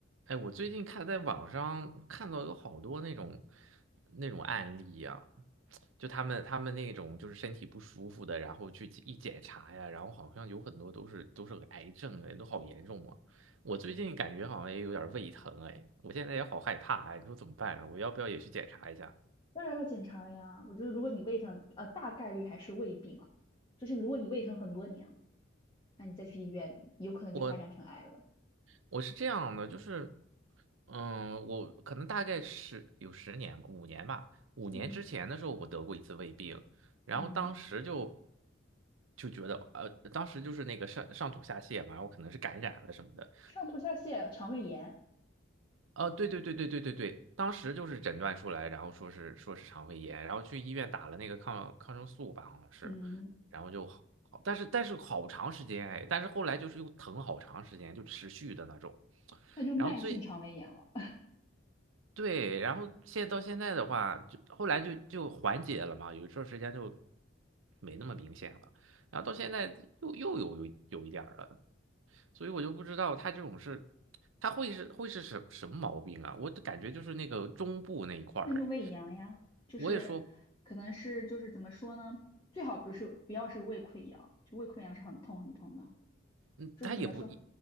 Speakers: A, on the right; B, on the left.
A: 哎，我最近看在网上看到有好多那种那种案例呀、就他们他们那种就是身体不舒服的，然后去一检查呀，然后好像有很多都是都是癌症，哎，都好严重啊。我最近感觉好像也有点胃疼，哎，我现在也好害怕，哎，你说怎么办啊我要不要也去检查一下？
B: 当然要检查了呀。我觉得如果你胃疼，呃，大概率还是胃病了。就是如果你胃疼很多年了，那你再去医院，有可能就发展成癌了。
A: 我。我是这样的，就是，嗯，我可能大概十有十年吧，五年吧，五年之前的时候我得过一次胃病，
B: 嗯
A: 然后当时就
B: 嗯，
A: 就觉得，呃，当时就是那个上上吐下泻嘛，我可能是感染了什么的，
B: 上吐下泻、肠胃炎，
A: 呃，对对对对对对对，当时就是诊断出来，然后说是说是肠胃炎，然后去医院打了那个抗抗生素吧，好像是，
B: 嗯，
A: 然后就好，好但是但是好长时间哎，但是后来就是又疼好长时间，就持续的那种。
B: 那就慢性肠胃炎了，
A: 然后最对，然后现到现在的话，就后来就就缓解了嘛，有一段时间就没那么明显了，然后到现在又又有有有一点儿了，所以我就不知道他这种是，他会是会是什什么毛病啊？我就感觉就是那个中部那一块儿哎，
B: <laughs> 那就胃炎了呀。就是可能是就是怎么说呢？
A: 我也说，
B: 最好不是不要是胃溃疡，就胃溃疡是很痛很痛的。
A: 嗯，
B: 就是怎么说？
A: 他也不一，